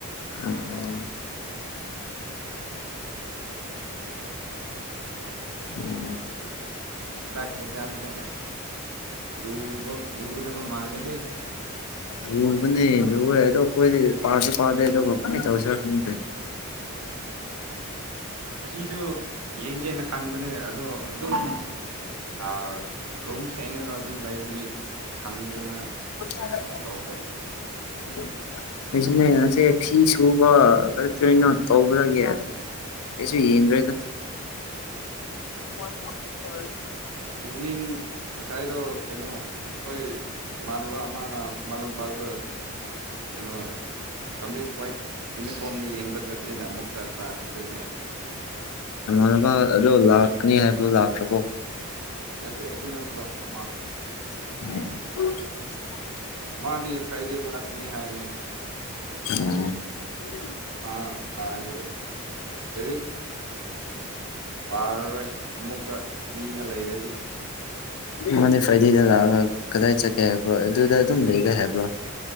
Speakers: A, on the left; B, on the right.
A: ꯑꯣ <inaudible>
B: ꯍꯟꯗꯛ ꯑꯦꯛꯖꯥꯝꯁꯦ ꯑꯁ ꯂꯨꯕ ꯂꯨꯒꯗꯕ ꯃꯥꯜꯂꯦꯍꯦ
A: ꯂꯨꯕꯅꯦ ꯂꯨꯔꯦ ꯑꯗꫭ ꯈꫭꯏꯗꯤ ꯄꯥꯁꯨ ꯄꯥꯗꯦ ꯑꯗꯨꯒꯥ ꯀꯃꯥꯏ ꯇꯧꯁꯤꯔ ꯈꯪꯗꯦ ꯫
B: ꯑꯦ ꯉꯁꯤꯁꯨ ꯌꯦꯡꯒꯦꯅ ꯈꯟꯕꯅꯦ ꯑꯗꯣ ꯑꯗꯨꯝ ꯑꯥ ꯔꯨꯝ ꯁꯦꯡꯉꯒ ꯑꯗꯨꯝ ꯂꯩꯕꯒꯤ ꯁꯪꯗꯅ
A: <unintelligible>
B: ꯇꯧꯈ꯭ꯔꯦ
A: ꯉꯁꯦ ꯐꯤ ꯁꯨꯕ ꯈꯔ ꯀꯅꯣ ꯇꯧꯕꯗꯒꯤ ꯑꯩꯁꯨ ꯌꯦꯡꯗ꯭ꯔꯦꯗ <unintelligible>
B: ꯏꯚꯅꯤꯡ ꯉꯁꯥꯏꯗꯣ ꯀꯩꯅꯣ ꯈꫭꯏ ꯏꯃꯥꯟꯅꯕ ꯑꯃꯅ ꯈꯨꯃꯟ ꯂꯝꯄꯥꯛꯗ ꯀꯩꯅꯣ ꯀꯃꯤꯁ ꯋꯥꯏꯠ ꯌꯨꯅꯤꯐꯣꯝꯒꯤ ꯌꯦꯡꯕꯥ ꯆꯠꯁꯦꯅ ꯑꯃꯨꯛ ꯆꯠꯄ ꯑꯗꯨꯒꯤ ꯑꯁ
A: ꯏꯃꯥꯟꯅꯕ ꯑꯗꯣ ꯂꯥꯛꯀꯅꯤ ꯍꯥꯏꯕꯗꯣ ꯂꯥꯛꯈ꯭ꯔꯥꯕꯣ
B: ꯅꯠꯇꯦ ꯑꯗꯨ ꯅꯠꯇꯕ ꯑꯃ
A: ꯑꫭ
B: ꯃꯥꯗꯤ ꯐ꯭ꯔꯥꯏꯗꯦꯗ ꯂꯥꯛꯀꯅꯤ ꯍꯥꯏꯕꯅꯦ
A: ꯑꫭ <inaudible>
B: ꯃꯥ ꯂꯥꯛꯑꯗꯤ ꯑꯁ ꯗꯥꯏꯔꯤꯛ ꯄꯥꯔꯔꯣꯏ ꯑꯃꯨꯛꯀ ꯃꯤꯒ ꯂꯩꯔꯗꯤ
A: ꯃꯥꯗꯤ ꯐ꯭ꯔꯥꯏꯗꯦꯗ ꯂꯥꯛꯑꯒ ꯀꯗꯥꯏ ꯆꯠꯀꯦ ꯍꯥꯏꯕ꯭ꯔꯣ ꯑꯗꯨꯗ ꯑꯗꯨꯝ ꯂꯩꯒꯦ ꯍꯥꯏꯕ꯭ꯔꯣ